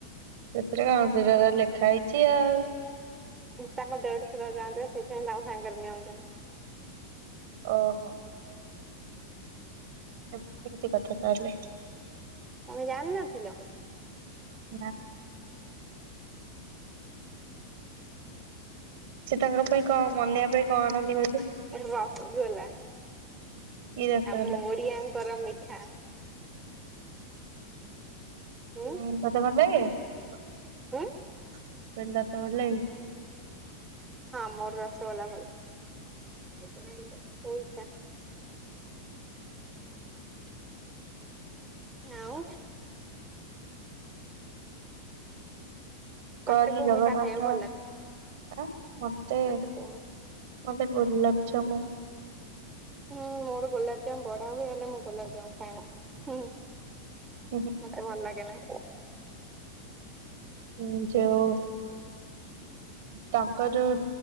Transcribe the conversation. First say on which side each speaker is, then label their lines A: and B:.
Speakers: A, on the right; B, on the right.
A: ସେଥିରେ କଣ ସେଟା ତ ଲେଖା ହେଇଚି ଆଉ।
B: ତାଙ୍କ ଦେଢ ସୁର ଯାଆନ୍ତି ସେଇଥି ପାଇଁ ତାଙ୍କୁ ସାଙ୍ଗରେ ନିଅନ୍ତିନି।
A: ଓହୋ ଏମିତି କଥା ତାହେଲେ
B: ତମେ ଜାଣିନଥିଲ।
A: ନା ସେ ତାଙ୍କ ପାଇଁ କଣ ମନେଇବା ପାଇଁ କଣ ଆଣନ୍ତି କହିଲୁ।
B: <unintelligible>
A: କି ରସଗୋଲା
B: ଆମ ଓଡିଆଙ୍କର ମିଠା। ହୁଁ
A: <unintelligible>
B: ହୁଁ ହଁ ମୋର ରସଗଲା ଭଲ <unintelligible> ଆଉ। ତତେ
A: କହିଲି
B: କୋଉ
A: ଜଗନ୍ନାଥ
B: ମିଠା ଖାଇବାକୁ ଭଲ ଲାଗେ
A: ଆ ମତେ
B: ତତେ କୋଉ ମି
A: ମତେ ଗୋଲାପଜାମୁ।
B: ହୁଁ ମୋର ଗୋଲାପଜାମ ବଢା ହୁଏ ହେଲେ ମୁଁ ଗୋଲାପଜାମ ଖାଏନା ହୁଁ
A: <unintelligible>
B: ମତେ ଭଲ ଲାଗେ ନା।
A: ହୁଁ ଯଉ ତାଙ୍କ ଯୋଉ